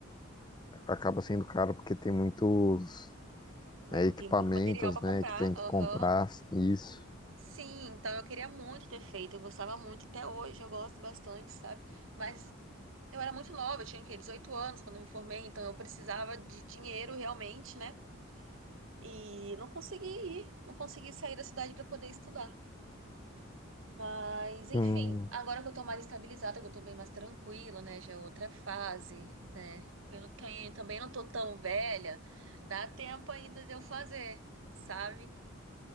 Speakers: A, on the left (about 20°); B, on the right (about 65°).
A: acaba sendo caro porque tem muitos
B: mas
A: é,
B: não
A: equipamentos,
B: tem muito material para
A: né,
B: comprar.
A: que tem que
B: Aham.
A: comprar isso.
B: Sim, então eu queria muito ter feito. Eu gostava muito. Até hoje eu gosto bastante, sabe? Mas eu era muito nova, eu tinha, o quê? 18 anos quando eu me formei, então eu precisava de dinheiro realmente, né? E não consegui ir, não consegui sair da cidade para poder estudar. Mas, enfim,
A: Hum,
B: agora que eu tô mais estabilizada, que eu tô bem mais tranquila, né? Já é outra fase, né? Eu não tenho- também não tô tão velha, dá tempo ainda de eu fazer, sabe?